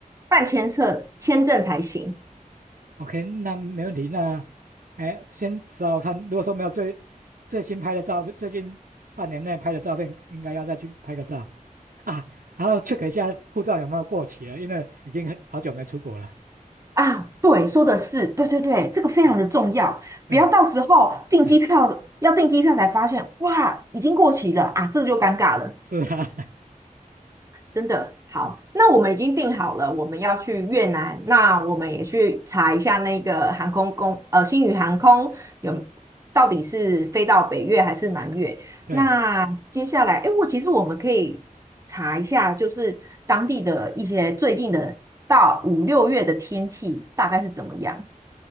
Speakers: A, on the right; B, on the right.
A: 办签证，签证才行
B: OK，那没问题。那，哎，先找看，如果说没有最最新拍的照片，最近半年内拍的照片，应该要再去拍个照啊，然后 check 一下护照有没有过期了，因为已经很好久没出国了。
A: 啊。对，说的是，对对对，这个非常的重要。
B: 哎对，
A: 不要到时候订机票，
B: 哎
A: 要订机票才发现，哇，已经过期了啊，这就尴尬了。
B: 是啊，
A: 真的好，
B: <laughs> 嗯
A: 那我们已经定好了，我们要去越南，那我们也去查一下那个航空公，呃，星宇航空有到底是飞到北越还是南越？
B: 对
A: 那接下来，哎，我其实我们可以查一下，就是当地的一些最近的到五六月的天气大概是怎么样。